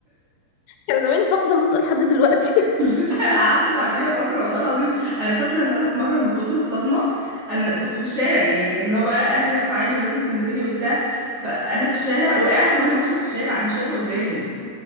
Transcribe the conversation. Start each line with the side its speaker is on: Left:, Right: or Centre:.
Left: <laughs> كان زماني فاقده النطق لحد دلوقتي
Right: <laughs>
Left: <laughs>
Right: انا قعدت بعديها فتره والله العظيم انا فاكره ان انا في مره من كتر الصدمه انا كنت في الشارع يعني كان اللي هو بقى اهلي لا تعالي ولازم تنزلي وبتاع فانا في الشارع وقعت وانا ماشيه في الشارع انا مش شايفه قدامي